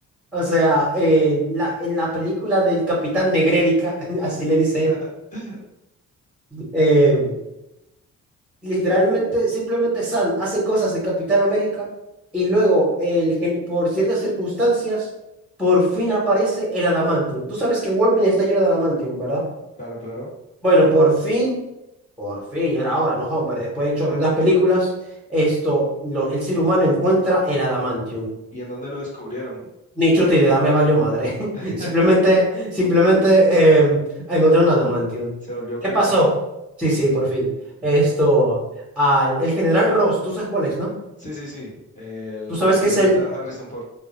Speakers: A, in the centre; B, on the left (about 25°).
A: O sea, eh, la, en la película del Capitán Negrérica, <laughs> así le dice
B: <laughs>
A: él. em, Literalmente, simplemente Sam hace cosas de Capitán América y luego, el, gen- por ciertas circunstancias, por fin aparece el adamantium. Tú sabes que Wolverine está lleno de adamantium, ¿verdad?
B: Claro, claro.
A: Bueno, por fin, por fin, ya era hora, no, hombre, después de chorro de las películas, esto, lo- el ser humano encuentra el adamantium.
B: ¿Y en dónde lo descubrieron?
A: Ni chuta idea, me valió madre. <laughs>
B: <laughs>
A: Simplemente, simplemente eh, encontré un adamantium.
B: Se volvió canon.
A: ¿Qué pasó? Sí, sí, por fin. Esto, al, el general Ross, tú sabes cuál es, ¿no?
B: Sí, sí, sí. El
A: Tú sabes
B: que interpreta
A: que es el,
B: a Harrison Ford.